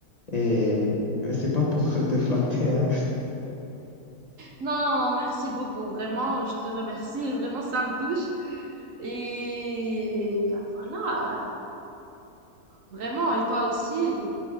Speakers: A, on the left; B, on the right.
A: Et et c'est pas pour <laughs> te flatter, hein.
B: Non, merci beaucoup. Vraiment, je te remercie. Vraiment, ça me touche. Et bah, voilà, vraiment. Et toi aussi,